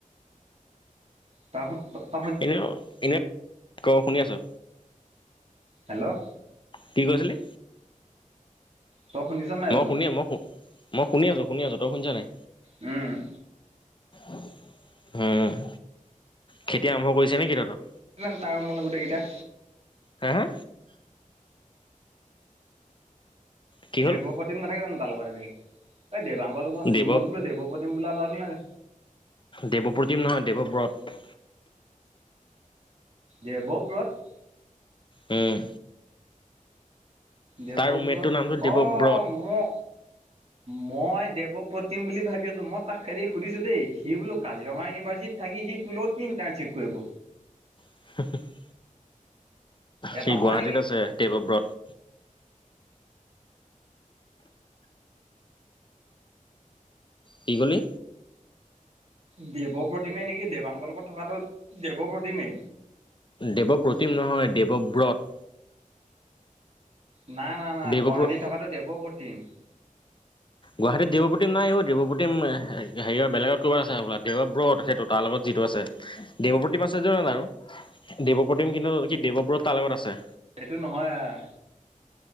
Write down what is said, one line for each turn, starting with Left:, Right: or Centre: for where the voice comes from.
Right: তাহ ত
Left: এনেও এনে ক শুনি আছো।
Right: হেল্ল'
Left: কি কৈছিলি?
Right: তই শুনিছ নাই
Left: মই
Right: বোলো
Left: শুনি মই শু- মই শুনি আছো আছো। তই শুনিছ নাই?
Right: উম।
Left: উম খেতি আৰম্ভ কৰিছে নেকি তহঁত?
Right: <unintelligible> তাৰ ৰুমলে গোটেইকেইটা।
Left: হে হে? কি
Right: দেৱপ্ৰতিম
Left: হ'ল
Right: নাথাকে জানো তাৰ লগত আজিকালি, এই দেৱাংগৰ লগত
Left: দেৱ
Right: ৰুমত বোলো দেৱপতিম বোলা লৱাটো নাই।
Left: দেৱপ্ৰতিম নহয় দেৱব্ৰত।
Right: দেৱব্ৰত।
Left: উম।
Right: দেৱব্ৰত
Left: তাৰ ৰুমমেটটোৰ নামটো দেৱব্ৰত
Right: অ ম- মই দেৱপ্ৰতিম বুলি ভাবি আছো মই তাক হেৰি সুধিছো দেই সি বোলো কাজিৰঙা ইউনিভাৰ্চিট- থাকি সি তো লগত কি ইণ্টাৰণশ্বিপ কৰিব।
Left: <unintelligible>
Right: এই
Left: সি
Right: নহয়
Left: গুৱাহাটীত
Right: নেকি
Left: আছে দেৱব্ৰত। কি কলি?
Right: দেৱ প্ৰতিমে নেকি দেৱাংগ লগত থকাটো দেৱ প্ৰতিমে।
Left: দেৱপ্ৰতিম নহয় দেৱব্ৰত।
Right: নাই-নাই-নাই
Left: দেৱপ্ৰ
Right: গুৱাহাটীত থকাটো দেৱপ্ৰতিম।
Left: গুৱাহাটীত দেৱপ্ৰতিম নাই ও দেৱপ্ৰতিম হেৰিয় বেলগত ক'ৰবাত আছে হবলা দেৱব্ৰত সেইটো তাৰ লগত যিটো আছে। দেৱপ্ৰতিম আছে <unintelligible> দেৱপ্ৰতিম কিন্তু কি দেৱব্ৰত তাৰ লগত আছে।
Right: এইটো নহয় আৰ।